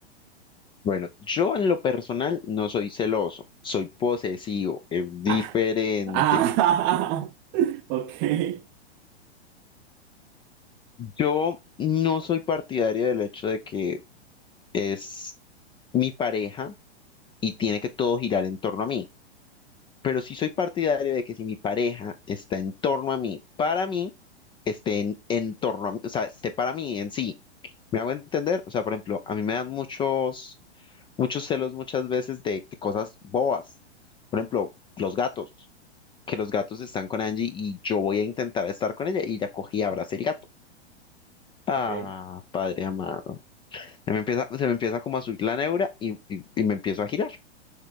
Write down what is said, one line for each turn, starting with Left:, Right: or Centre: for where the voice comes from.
Left: Bueno, yo en lo personal no soy celoso, soy posesivo, es diferente.
Right: Ah, ah, <laughs> ok.
Left: Yo no soy partidario del hecho de que es mi pareja y tiene que todo girar en torno a mí, pero sí soy partidario de que si mi pareja está en torno a mí, para mí, esté en, en torno a mí, o sea, esté para mí en sí. ¿Me hago entender? O sea, por ejemplo, a mí me dan muchos muchos celos muchas veces de, de cosas bobas. Por ejemplo, los gatos, que los gatos están con Angie y yo voy a intentar estar con ella y ella cogí y abraza el gato. Ah,
Right: Ok,
Left: padre amado. Se me empieza, se me empieza como a subir la neura y, y- y me empiezo a girar.